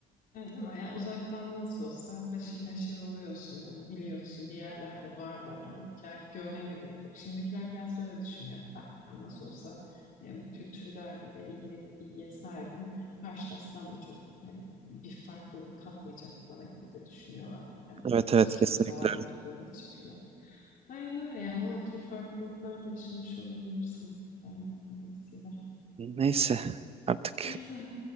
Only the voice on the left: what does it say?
Evet, değil mi? Yani uzaktan nasıl olsa haşır neşir oluyorsun. Hani biliyorsun bir yerlerde varlar. İlla görmene de gerek yok. Şimdikiler biraz da öyle düşünüyor. Ben nasıl olsa e, bu kültürlerle ilgili bir bilgiye sahibim. Karşılaşsam da çok hani bir farklılık katmayacak bana gibi de düşünüyorlar. Yani
nasıl
olsa
bu var oldukları
için filan. Aynen öyle yani o tür farklılıklar da yaşamış olabilirsin. e, dolayısıyla.
Neyse